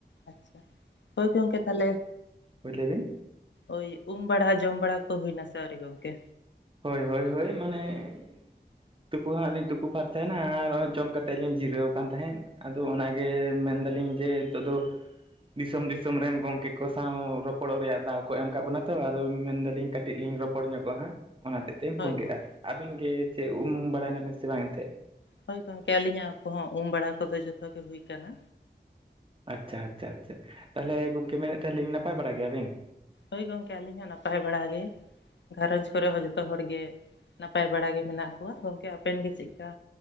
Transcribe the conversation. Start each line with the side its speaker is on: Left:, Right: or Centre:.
Left: ᱟᱪᱪᱷᱟ ᱦᱳᱭ ᱜᱚᱝᱠᱮ ᱛᱟᱦᱚᱞᱮ
Right: ᱦᱳᱭ ᱞᱟᱹᱭ ᱵᱤᱱ
Left: ᱳᱭ ᱩᱢ ᱵᱟᱲᱟ ᱡᱚᱢ ᱵᱟᱲᱟ ᱠᱚ ᱦᱩᱭ ᱱᱟᱥᱮ ᱟᱹᱣᱨᱤ ᱜᱚᱝᱠᱮ?
Right: ᱦᱳᱭ ᱦᱳᱭ ᱦᱳᱭ ᱢᱟᱱᱮ ᱛᱩᱯᱩ ᱦᱟᱸᱜ ᱞᱤᱧ ᱛᱩᱯᱩ ᱯᱷᱟᱨᱪᱟᱭᱮᱱᱟ ᱟᱨ ᱦᱚᱸᱜᱼᱚᱭ ᱡᱚᱢ ᱠᱟᱛᱮᱫ ᱞᱤᱧ ᱡᱤᱨᱟᱹᱣ ᱠᱟᱱ ᱛᱟᱦᱮᱸᱫ᱾ ᱟᱫᱚ ᱚᱱᱟᱜᱮ ᱢᱮᱱᱫᱟᱞᱤᱧ ᱡᱮ ᱦᱤᱛᱚᱜ ᱫᱚ ᱫᱤᱥᱚᱢ ᱫᱤᱥᱚᱢ ᱨᱮᱱ ᱜᱚᱝᱠᱮ ᱠᱚ ᱥᱟᱶ ᱨᱚᱯᱚᱲ ᱨᱮᱭᱟᱜ ᱫᱟᱣ ᱠᱚ ᱮᱢ ᱠᱟᱜ ᱵᱚᱱᱟ ᱛᱚ, ᱟᱫᱚ ᱢᱮᱱᱫᱟᱞᱤᱧ ᱠᱟᱹᱴᱤᱡ ᱞᱤᱧ ᱨᱚ ᱯᱚᱲ ᱧᱚᱜᱚᱜᱼᱟ ᱦᱟᱸᱜ ᱚᱱᱟ ᱦᱚᱛᱮᱡ ᱛᱤᱧ
Left: ᱦᱳᱭ
Right: ᱯᱷᱳᱱ ᱠᱮᱫᱼᱟ᱾
Left: ᱜᱚᱝ
Right: ᱟᱹᱵᱤᱱ ᱜᱮ ᱪᱮᱫ ᱩᱢ ᱵᱟᱲᱟᱭ ᱱᱟᱵᱤᱱ ᱥᱮ ᱵᱟᱝ ᱮᱱᱛᱮᱫ?
Left: ᱦᱳᱭ ᱜᱚᱝᱠᱮ ᱟᱹᱞᱤᱧᱟᱜ ᱠᱚᱦᱚᱸ ᱩᱢ ᱵᱟᱲᱟ ᱠᱚᱫᱚ ᱡᱷᱚᱛᱚ ᱜᱮ ᱦᱩᱭ ᱠᱟᱱᱟ᱾
Right: ᱟᱪᱪᱷᱟ ᱟᱪᱪᱷᱟ ᱟᱪᱷᱟ ᱛᱟᱦᱚᱞᱮ ᱜᱚᱝᱠᱮ ᱢᱮᱱᱮᱫ ᱛᱟᱦᱮ ᱟᱞᱤᱧ ᱱᱟᱯᱟᱭ ᱵᱟᱲᱟ ᱜᱮᱭᱟᱵᱤᱱ?
Left: ᱦᱳᱭ ᱜᱚᱝᱠᱮ ᱟᱹᱞᱤᱧ ᱦᱚᱸ ᱱᱟᱯᱟᱭ ᱵᱟᱲᱟ ᱜᱮ, ᱜᱷᱟᱨᱚᱸᱡᱽ ᱠᱚᱨᱮ ᱦᱚᱸ ᱡᱚᱛᱚ ᱦᱚᱲᱜᱮ ᱱᱟᱯᱟᱭ ᱵᱟᱲᱟ ᱜᱮ ᱢᱮᱱᱟᱜ ᱠᱚᱣᱟ ᱜᱚᱝᱠᱮ ᱟᱯᱮᱱ ᱜᱮ ᱪᱮᱫᱠᱟ?